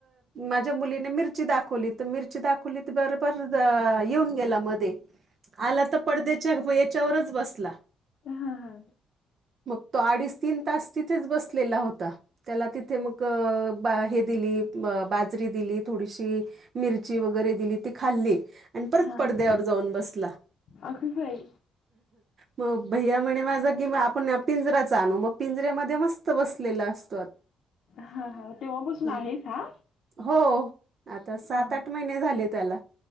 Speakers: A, on the right; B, on the left.
A: माझ्या मुलीने मिरची दाखवली तर मिरची दाखवली तर स्पर्ध येऊन गेला मध्ये आला तर पडद्याच्या याच्यावरच बसला
B: हा हा
A: मग तो अडीच तीन तास तिथेच बसलेला हो ता त्याला तिथे मग बा हे दिली बाजरी दिली थोडीशी मिरची वगैरे दिली ती खाल्ली आणि परत
B: हा
A: पडद्यावर
B: हा
A: जाऊन बसला
B: अगं बाई
A: मग भैया म्हणे माझ की आपण पिंजराच आणू मग पिंजऱ्यामध्ये मस्त बसल लेलास्ट.
B: हा हा तेव्हापसून
A: हं.
B: आहेच हा?
A: हो आता सात
B: हा
A: आठ महिने झाले त्याला.